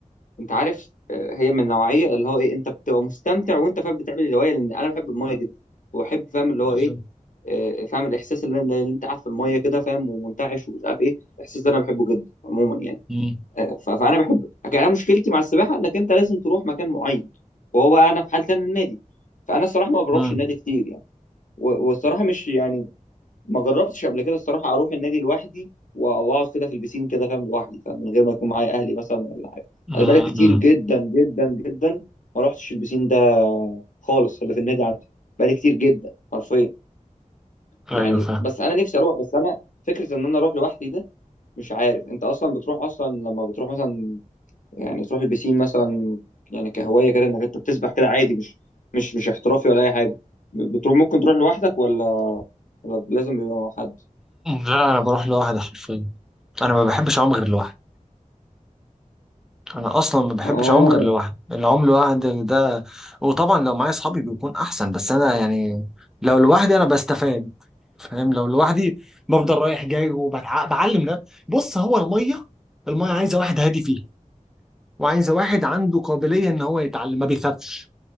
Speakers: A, on the left; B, in the centre.
A: انت عارف آه، هي من النوعيه اللي هو ايه انت بتبقى مستمتع وانت فاهم بتعمل الهوايه لان انا بحب المايه جدا وبحب فاهم اللي
B: بالظبط
A: هو ايه آه، فاهم الاحساس اللي, اللي انت قاعد في المايه كده فاهم ومنتعش ومش عارف ايه الاحساس ده انا بحبه جدا عموما يعني
B: مم.
A: آه، ف- فانا بحب لكن انا مشكلتي مع السباحه انك انت لازم تروح مكان معين وهو بقى انا في حالتي انا النادي فانا الصراحه ما بروحش
B: مم.
A: النادي كتير يعني و- والصراحه مش يعني ما جربتش قبل كده الصراحه اروح النادي لوحدي و- واقعد كده في البسين كده فاهم لوحدي فاهم من غير ما يكون معايا اهلي مثلا ولا حاجه
B: مم.
A: انا بقالي كتير
B: مم.
A: جدا جدا جدا ما رحتش البسين ده خالص اللي في النادي عندي بقالي كتير جدا حرفيا
B: ايوه
A: يعني
B: فاهم
A: بس انا نفسي اروح بس انا فكره ان انا اروح لوحدي ده مش عارف انت اصلا بتروح اصلا لما بتروح مثلا يعني تروح البسين مثلا يعني كهوايه كده انك انت بتسبح كده عادي مش مش مش احترافي ولا اي حاجه بتروح ممكن تروح لوحدك ولا ولا لازم يبقى مع حد
B: لا انا بروح لوحدي حرفيا انا ما بحبش اعوم غير لوحدي انا اصلا ما بحبش
A: اه
B: اعوم غير لوحدي العوم لوحدي ده وطبعا لو معايا اصحابي بيكون احسن بس انا يعني لو لوحدي انا بستفاد فاهم لو لوحدي بفضل رايح جاي وبتعلم ده بص هو الميه الميه عايزه واحد هادي فيه وعايزه واحد عنده قابليه ان هو يتعلم ما بيخافش